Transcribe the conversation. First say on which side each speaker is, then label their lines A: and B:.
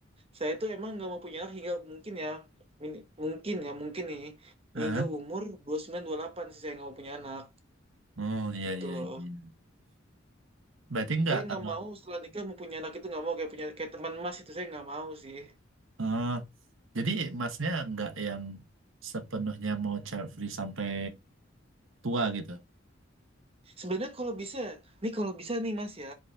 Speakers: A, on the right; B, on the right.
A: saya tuh emang nggak mau punya anak hingga mungkin ya, min- mungkin ya, mungkin nih,
B: Aha.
A: hingga umur 29, delapan sih saya nggak mau punya anak.
B: Oh, iya,
A: Itu
B: iya,
A: loh.
B: iya. Berarti enggak,
A: Saya nggak
B: eh,
A: mau setelah nikah mau punya anak itu nggak mau kayak punya kayak teman mas itu saya nggak mau sih.
B: <clears throat> oh, jadi masnya enggak yang sepenuhnya mau child free sampai tua gitu.
A: Sebenarnya kalau bisa, nih kalau bisa nih mas ya,